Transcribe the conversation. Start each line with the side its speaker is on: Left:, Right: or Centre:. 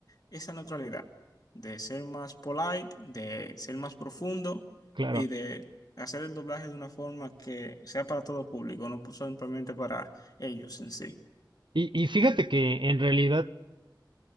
Left: esa neutralidad, de ser más polite, de ser más profundo
Right: claro.
Left: y de hacer el doblaje de una forma que sea para todo público, no simplemente para ellos en sí.
Right: Y, y fíjate que en realidad,